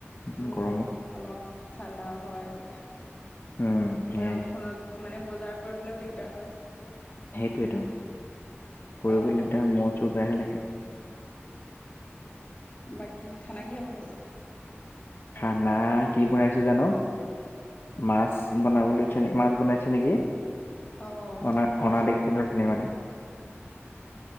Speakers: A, on the left; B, on the left.
A: ইমান
B: উম
A: গৰমত।
B: অলপ ঠাণ্ডা হয় তেতিয়া।
A: উম, সেয়াই
B: আমাৰ ৰ'দখনত মানে বজাৰ কৰিবলৈও দিগদাৰ হয়।
A: সেইটোৱেতো কৰিবলৈ
B: অ',
A: দিগদাৰ ম চুৰ <unintelligible> বাহে লাগে।
B: বাকী খানা কিহৰ বনাইছে?
A: খানা কি বনাইছো জানো! মাছ বনাবলৈছে নেকি মাছ বনাইছে নেকি
B: অ',
A: অনা অনা দেখিছিলো। নি মানে